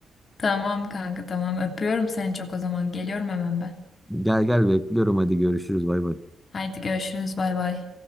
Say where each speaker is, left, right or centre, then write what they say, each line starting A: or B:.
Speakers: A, on the left (about 40°); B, in the centre.
A: Tamam kanka tamam öpüyorum seni çok o zaman. Geliyorum hemen ben.
B: Gel gel bekliyorum hadi görüşürüz bay bay.
A: Haydi görüşürüz bay bay.